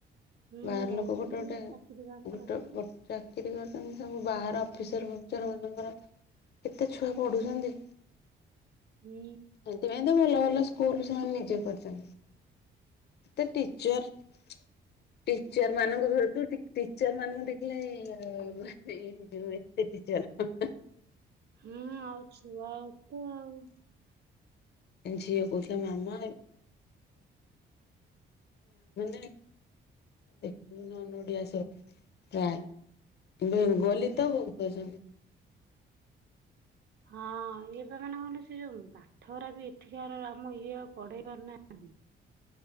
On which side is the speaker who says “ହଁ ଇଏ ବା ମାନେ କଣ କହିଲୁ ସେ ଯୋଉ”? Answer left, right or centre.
Right